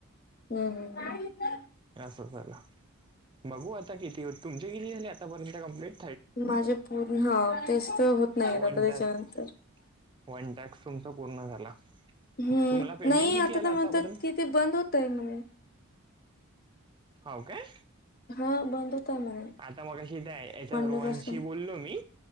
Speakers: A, on the left (about 40°); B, on the right (about 20°).
A: हम्म हम हम
B: हे असं झालं बघू आता किती तुमचे किती झाले आतापर्यंत कंप्लेंट?
A: माझे पूर्ण हा तेच तर होत नाही
B: वन
A: आता त्याच्यानंतर.
B: टास्क वन टास्क तुमचा पूर्ण झाला.
A: हम्म
B: तुम्हाला पेमेंट
A: नई
B: किती
A: आता
B: आला
A: तर
B: आतापर्यंत
A: म्हणतात कि ते बंद होतय म्हणून.
B: हव काय
A: हो बंद होतय म्हणे
B: आता मगशी त्या याच्यात
A: मंडेपासून
B: रोहनशी बोललो मी.